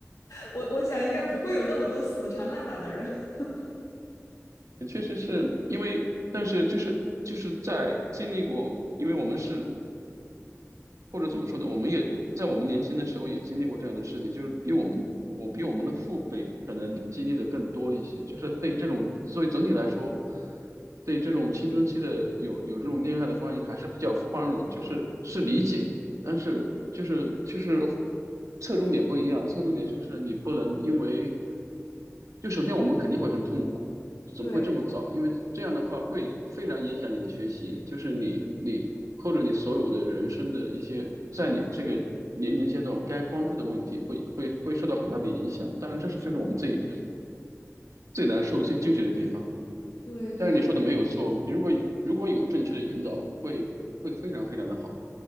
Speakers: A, on the left (about 85°); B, on the right (about 75°).
A: 我我想应该不会有那么多死缠烂打的人。<laughs>
B: 确实是因为，但是就是就是在经历过，因为我们是或者怎么说呢，我们也在我们年轻的时候也经历过这样的事情，就是比我们我比我们的父辈可能经历的更多一些，就是对这种，所以总体来说，对这种青春期的有有这种恋爱的关系还是比较宽容，就是是理解，但是就是就是侧重点不一样，侧重点就是你不能因为。就首先我们肯定会很痛苦，怎么会这么早？
A: 对
B: 因为这样的话会非常影响你的学习，
A: 对
B: 就是你你或者你所有的人生的一些，在你这个年龄阶段该关注的问题会，会会受到很大的影响。当然，这是就是我们最最难受、最纠结的地方。
A: 对对，
B: 但是你说的没有错，你如果如果有正确的引导，会会非常非常的好。